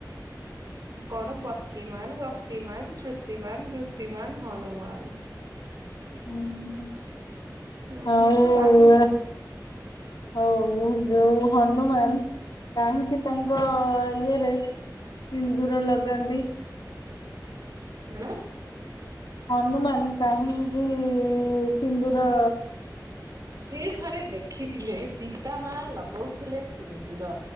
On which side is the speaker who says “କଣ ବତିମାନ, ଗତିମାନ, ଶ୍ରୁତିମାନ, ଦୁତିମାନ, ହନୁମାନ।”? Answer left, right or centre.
Right